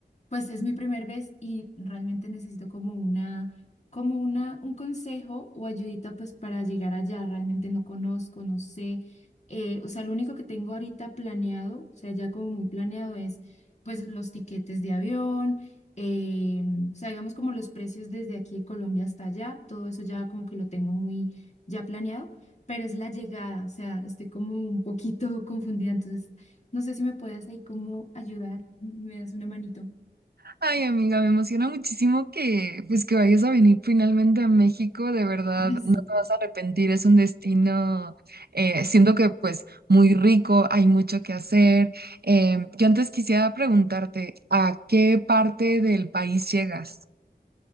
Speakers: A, on the left (about 40°); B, on the right (about 65°).
A: Pues es mi primera vez y realmente necesito como una, como una, un consejo o ayudita pues para llegar allá. Realmente no conozco, no sé. Eh, o sea, lo único que tengo ahorita planeado, o sea, ya como muy planeado es pues los tiquetes de avión, eh, o sea, digamos como los precios desde aquí de Colombia hasta allá, todo eso ya como que lo tengo muy ya planeado, pero es la llegada, o sea, estoy como un poquito <laughs> confundida, entonces no sé si me puedas ahí como ayudar, me das una manito.
B: Ay amiga, me emociona muchísimo que pues que vayas a venir finalmente a México, de verdad,
A: Ay, sí.
B: no te vas a arrepentir, es un destino, eh, siento que pues muy rico, hay mucho que hacer. Eh, yo antes quisiera preguntarte, ¿a qué parte del país llegas?